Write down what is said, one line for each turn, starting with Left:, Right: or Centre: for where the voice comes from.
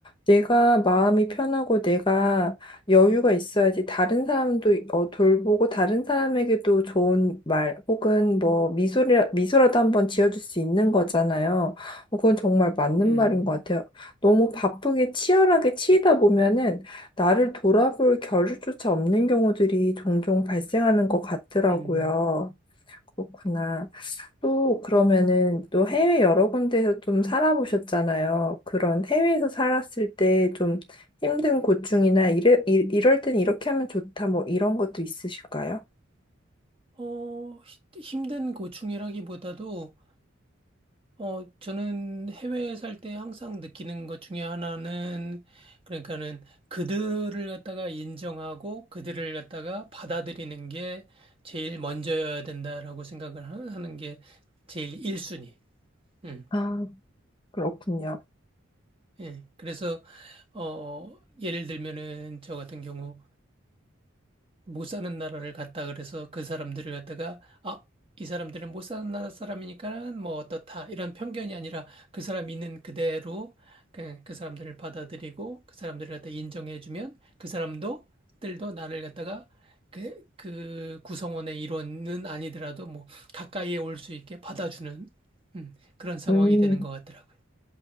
Left: 내가 마음이 편하고 내가 여유가 있어야지 다른 사람도 어, 돌보고 다른 사람에게도 좋은 말 혹은 뭐 미소라, 미소라도 한번 지어줄 수 있는 거잖아요. 어, 그건 정말 맞는
Right: 음,
Left: 말인 것 같아요. 너무 바쁘게 치열하게 치이다 보면은 나를 돌아볼 겨를조차 없는 경우들이 종종 발생하는 것 같더라고요.
Right: 음.
Left: 그렇구나. 또 그러면은 또 해외 여러 군데에서 좀 살아보셨잖아요. 그런 해외에서 살았을 때 좀 힘든 고충이나 이래, 이, 이럴 땐 이렇게 하면 좋다 뭐 이런 것도 있으실까요?
Right: 어, 히- 힘든 고충이라기보다도, 어, 저는 해외에 살 때 항상 느끼는 것 중에 하나는, 그러니까는 그들을 갖다가 인정하고 그들을 갖다가 받아들이는 게 제일 먼저여야 된다라고 생각을 하- 하는 게 제일 1순위. 음,
Left: 아, 그렇군요.
Right: 예. 그래서, 어, 예를 들면은 저 같은 경우, 못 사는 나라를 갔다 그래서 그 사람들을 갖다가 아, 이 사람들은 못 사는 나라 사람이니까 뭐 어떻다 이런 편견이 아니라 그 사람이 있는 그대로 그, 그 사람들을 받아들이고 그 사람들을 갖다 인정해주면 그 사람도 들도 나를 갖다가 그, 그 구성원의 일원은 아니더라도 뭐 가까이에 올 수 있게 받아주는 음, 그런 상황이
Left: 음.
Right: 되는 것 같더라고요.